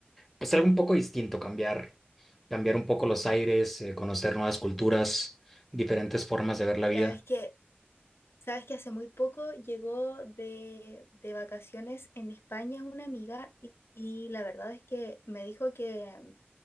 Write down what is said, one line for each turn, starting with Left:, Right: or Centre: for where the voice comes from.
Centre: pues algo un poco distinto, cambiar, cambiar un poco los aires, eh, conocer nuevas culturas, diferentes formas de ver la vida.
Left: Sabes que, sabes que hace muy poco llegó de, de vacaciones en España una amiga y, y la verdad es que me dijo que